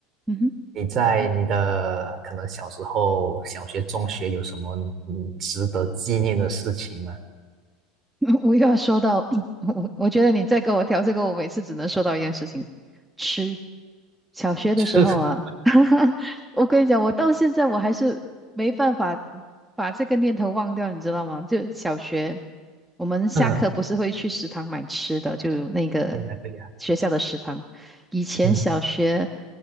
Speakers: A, in the centre; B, on the right (about 35°).
A: 嗯哼，
B: 你在你的可能小时候、小学、中学有什么嗯值得纪念的事情吗？
A: <laughs> 我又要说到，<clears throat> 我我觉得你再跟我调这个，我每次只能说到一件事情，吃。小学的时候啊，
B: <laughs>
A: <laughs> 我跟你讲，我到现在我还是没办法把这个念头忘掉，你知道吗？就小学，我们下课不是会去食堂买吃的，
B: 嗯，
A: 就那个学校的食堂。
B: 对呀，对呀，
A: 以前小学
B: 嗯，